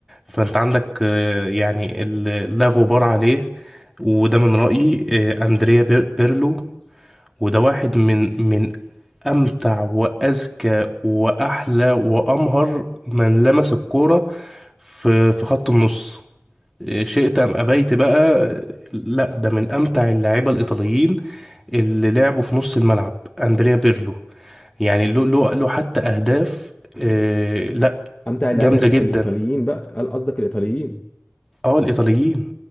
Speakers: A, in the centre; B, on the left.
A: فأنت عندك آه، يعني ال- لا غبار عليه وده من رأيي آه، أندريا بير- بيرلو وده واحد من من أمتع وأذكى وأحلى وأمهر من لمس الكورة في في خط النص شئت أم أبيت بقى لا ده من أمتع اللاعيبة الإيطاليين اللي لعبوا في نص الملعب أندريا بيرلو يعني له له له حتى أهداف آه، لا
B: أ- امتع اللعيبة
A: جامدة
B: ال-
A: جدا
B: الايطاليين بقى هل قصدك الايطاليين
A: اه الإيطاليين